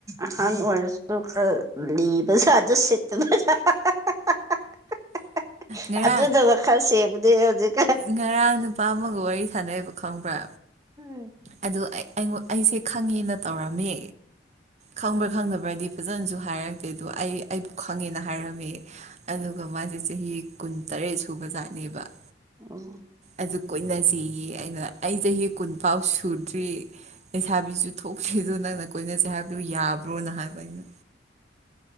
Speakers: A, on the right; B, on the right.
A: ꯑꯍꯟ ꯑꯣꯏꯔꯁꯨ ꯑꯗꯨ ꯈꯔ ꯂꯤꯕ ꯖꯥꯠꯅꯦ ꯑꯗꯨ ꯁꯤꯠꯇꯕꯔꯥ ꯍꯥꯍꯥꯍꯥ
B: ꯉꯔꯥꯡ
A: ꯑꯗꯨ ꯈꯔ ꯁꯦꯕꯗꯤ ꯍꯧꯖꯤꯛ
B: ꯉꯔꯥꯡ ꯅꯨꯄꯥ ꯑꯃꯒ ꯋꯥꯔꯤ ꯁꯥꯟꯅꯩꯕ ꯈꯪꯕ꯭ꯔꯥ
A: ꯎꯝ
B: ꯑꯗꯨ ꯑꯩꯉꯣ ꯑꯩꯁꯦ ꯈꯪꯉꯦꯅ ꯇꯧꯔꯝꯃꯦ ꯈꯪꯕ꯭ꯔꯥ ꯈꯪꯗꯕ꯭ꯔꯗꯤ ꯐꯖꯅꯁꯨ ꯍꯥꯏꯔꯛꯇꯦ ꯑꯩ ꯑꯩꯕꯨ ꯈꯪꯉꯦꯅ ꯍꯥꯏꯔꯝꯃꯦ ꯑꯗꯨꯒ ꯃꯥꯁꯦ ꯆꯍꯤ ꯀꯨꯟꯇꯔꯦꯠ ꯁꯨꯕ ꯖꯥꯠꯅꯦꯕ
A: ꯑꯣ
B: ꯑꯗꯨ ꯀꯣꯏꯅꯖꯦꯌꯦ ꯑꯩꯅ ꯑꯩ ꯆꯍꯤ ꯀꯨꯟꯐꯥꯎ ꯁꯨꯗ꯭ꯔꯤ ꯂꯩꯁꯥꯕꯤꯁꯨ ꯊꯣꯛꯇ꯭ꯔꯤꯗꯣ ꯅꯪꯅ ꯀꯣꯏꯅꯁꯦ ꯍꯥꯏꯕꯗꯨꯣ ꯌꯥꯕ꯭ꯔꯣꯅ ꯍꯥꯏꯕ ꯑꯩꯅ